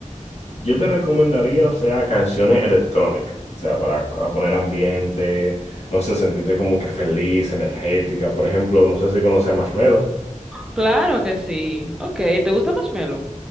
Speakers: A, on the left; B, in the centre.
A: yo te recomendaría, o sea, canciones electrónicas, o sea, para, para poner ambiente, no sé, sentirte como que feliz, energética. Por ejemplo, no sé si conoces a Marshmello.
B: Claro que sí. Ok, ¿te gusta Marshmello?